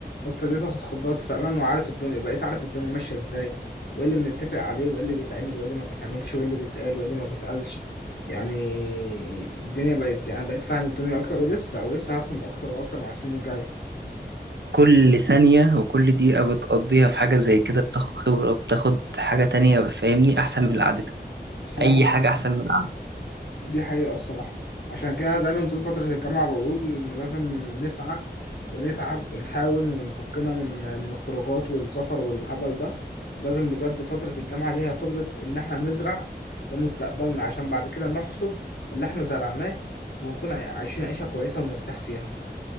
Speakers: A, on the left; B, on the right.
A: ابتديت اخد خبرات فعلا وعارف الدنيا بقيت عارف الدنيا ماشية ازاي وايه اللي بنتفق عليه وايه اللي بيتعمل وايه اللي ما بيتعملش وايه اللي بيتقال وايه اللي ما بيتقالش يعني الدنيا بقت يعني بقيت فاهم الدنيا اكتر ولسه ولسه هفهم اكتر واكتر مع السنين الجاية
B: كل ثانية وكل دقيقة بتقضيها في حاجة زي كده بتاخد خبرة وبتاخد حاجة تانية فاهمني أحسن من اللي عادتها
A: الصراحة
B: أي حاجة أحسن من العادة
A: دي حقيقة الصراحة عشان كده دايما طول فترة الجامعة بقول إن لازم نسعى ونتعب ونحاول ونفكنا من من الخروجات والسفر والهبل ده لازم بجد فترة الجامعة دي هي فترة إن إحنا نزرع لمستقبلنا عشان بعد كده نحصد اللي إحنا زرعناه ونكون عايشين عيشة كويسة ونرتاح فيها